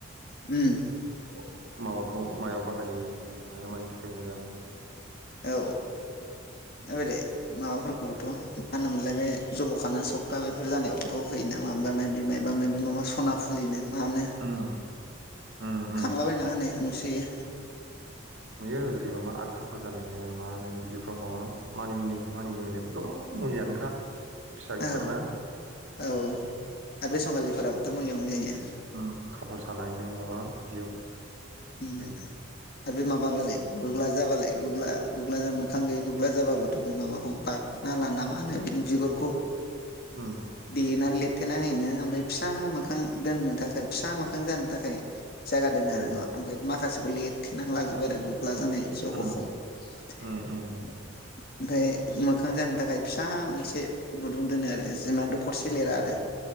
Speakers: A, on the left; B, on the right.
A: उम
B: अ माबाखौ मायाव बाहायो माया मानि थाखाय मोजां
A: औ आरो बेले माबाफोरखौबोथ' मा होनोमोनलाय बे जब'खाना सबखा बेफोर जानायावबोथ' होयो माबा माबि मायबा माबि माबा सना फुलिनो मानो
B: उम उम उम
A: खांलाबायना होनायखौ नुसोयो
B: नुयो ओरैबा मा आद खाफाल जानायनो मानो बिदिफ्राव माबा मानिमुनि-मानिमुनि नायबोथ' मुलियानोखा फिसा गिदिरना
A: औ औ आर बे संगालिफोराबोथ' मुलियावनो य
B: ओं खाफाल सानायनो माबा बिदियाव
A: उम
B: बाहायो
A: आरो माबाबालाय गुग्ला जाबालाय गुग्ला-गुग्ला जा मोखां गैयै गुग्ला जाबाबोथ' बे माबाखौ बा नाला ना मा होनो बिनि बिगुरखौ
B: उम
A: देनानै ले थेना हैनो ओमफाय फिसा मोखां दोननो थाखाय फिसा मोखां जानो थाखाय जागा दोनो आरो
B: उम
A: न' ओमफाय माखासेखौ लिरथेना लाग्रोबाय आरो ला जानाय ज'हखौ
B: उम
A: ओमफाय
B: उम उम
A: मोखां जानो थाखाय फिसा मोनसे गुदुं दोनो आरो जेनाद' हरसे लिरा आरो